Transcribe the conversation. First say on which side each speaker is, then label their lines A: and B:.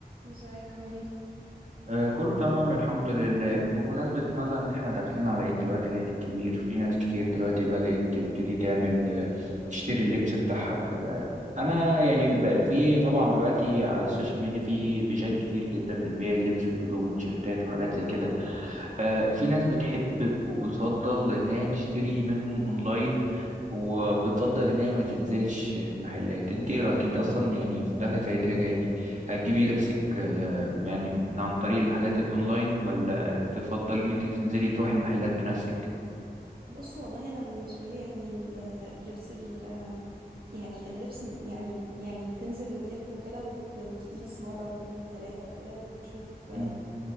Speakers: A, on the right; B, on the right.
A: ازيك عامل ايه
B: آه، كله تمام الحمد لله بمناسبة مثلا إن إحنا داخلين على العيد دلوقتي العيد الكبير في ناس كتير دلوقتي بدأت تبتدي تعمل آه، تشتري اللبس بتاعها وكده أنا يعني بقى في طبعا دلوقتي على السوشيال ميديا في بيجات كتير جدا بتبيع اللبس والهدوم والتيشيرتات وحاجات زي كده آه، في ناس بتحب وبتفضل إنها تشتري منهم أونلاين وبتفضل إن هي ما تنزلش المحلات أنت إيه رأيك أنت أصلا يعني في دخلة العيد اللي جاية دي هتجيبي
A: مم.
B: لبسك آه، يعني من عن طريق الحاجات الأونلاين ولا تفضلي إن أنت تنزلي تروحي المحلات بنفسك؟
A: بص والله انا بالنسبه لي يعني ال- اللبس ال يعني اللبس م- يعني يعني تنزل وتلف وكده وت- وتقيس مره واتنين وتلاته وكده وتشوف
B: مم.